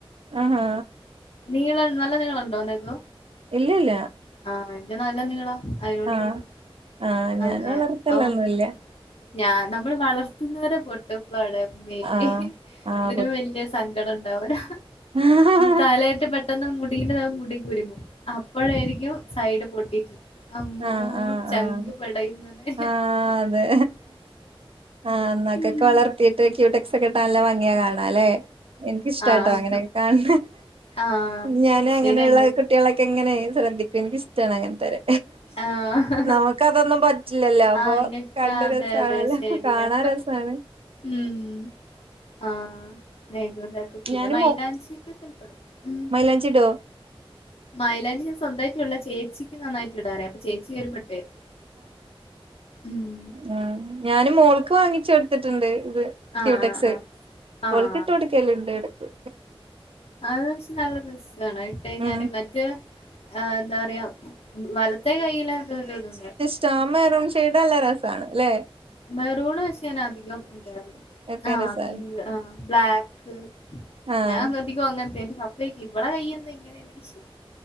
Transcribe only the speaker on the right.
ആഹാ
ഇല്ലില്ല
ആഹ്
ആഹ് ഞാന്
വളർത്തലൊന്നുല്ല
ആഹ് ആഹ്
ഹാ ഹാ ഹാ
ആഹ് ആഹ്
ആഹ്
ആഹ് അതെ ആഹ് നഖൊക്കെ
വളർത്തി ട്ട് ക്യുട്ടക്സൊക്കെ ഇട്ടാ നല്ല ഭംഗിയാ കാണാൻ ലേ. ഇൻക്കിഷ്ടാ
ട്ടോ അങ്ങിനെ ഒക്കെ കാണ്
ണേ ഞാനു അങ്ങനെള്ള
കു ട്ടിയേളൊക്കെ ഇങ്ങനെ ശ്രദ്ധിക്കും. ഇൻക്കിഷ്ട്ടാണ് അങ്ങനത്തോരെ.
നമുക്കതൊന്നും പ റ്റില്ലല്ലോ അപ്പൊ
കണ്ട്
രസാണല്ലോ
കാണാൻ രസാണ്.
ഞാന്
മോ
മൈലാഞ്ചി ഇടോ
ഉം ഞാന് മോൾക്ക് വാങ്ങിച്ച് കൊടുത്തിട്ടുണ്ട് ഇത്
ക്യൂടെക്സ്
ഓൾകിട്ട് കൊടുക്കലിണ്ട് എടക്ക്
ഉം
ട്ടാ മെറൂൺ ഷേഡല്ല രസാണ് ല്ലെ
ഒക്കെ
രസാണ്
ആഹ്